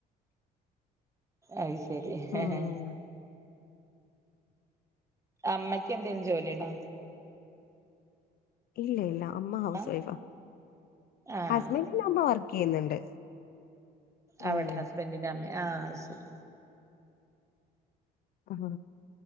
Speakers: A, on the right; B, on the left.
A: അയിശ് ശരി ഹേ
B: ഉം
A: ഹേ അമ്മയ് ക്ക് എന്തെങ്കിലും ജോലി ഉണ്ടോ?
B: ഇല്ലി ലി ല്ല. അമ്മ ഹൗസ്
A: ആഹ്
B: വൈഫാ
A: ആഹ്
B: ഹസ്ബെൻടിന്റെ അമ്മ വർ ക്ക്‌ ചെയ്യുന്നുണ്ട്. ഉം
A: അവിടെ ഹസ്ബൻഡിന്റെമ്മേ ആ ശരി.
B: ആ